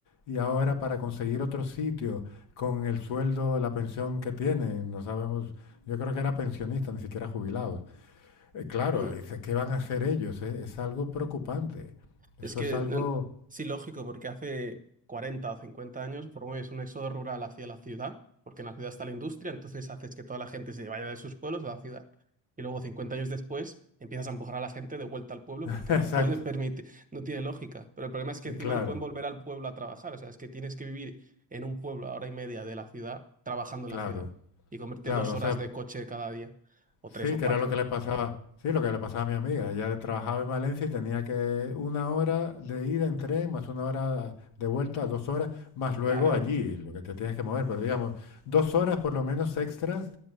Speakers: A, on the left (about 70°); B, on the right (about 15°).
A: Y ahora para conseguir otro sitio con el sueldo, la pensión que tienen, no sabemos, yo creo que era pensionista, ni siquiera jubilados. Eh, Claro,
B: Mm.
A: dice, ¿qué van a hacer ellos? Eh, Es, algo preocupante. Eso
B: Es que,
A: es algo...
B: no, no, sí, lógico, porque hace 40 o 50 años promueves un éxodo rural hacia la ciudad, porque en la ciudad está la industria, entonces haces que toda la gente se vaya de sus pueblos a la ciudad. Y luego, 50 años después, empiezas a empujar a la gente de vuelta al pueblo
A: <laughs>
B: porque
A: Exacto.
B: no pueden <laughs> permitir, no tiene lógica. Pero el problema es que
A: Eh,
B: encima
A: Claro,
B: no pueden volver al pueblo a trabajar, o sea, es que tienes que vivir en un pueblo a hora y media de la ciudad, trabajando
A: claro,
B: en la ciudad, y comerte
A: claro.
B: dos
A: O
B: horas
A: sea,
B: de coche cada día, o
A: sí,
B: tres o
A: que
B: cuatro.
A: era lo que le pasaba. Sí, lo que le pasaba a mi amiga. Ella trabajaba en Valencia y tenía que una hora de ida en tren, más una hora de vuelta, dos horas, más luego
B: Claro.
A: allí, lo que te tienes que mover. Pero digamos, dos horas por lo menos extras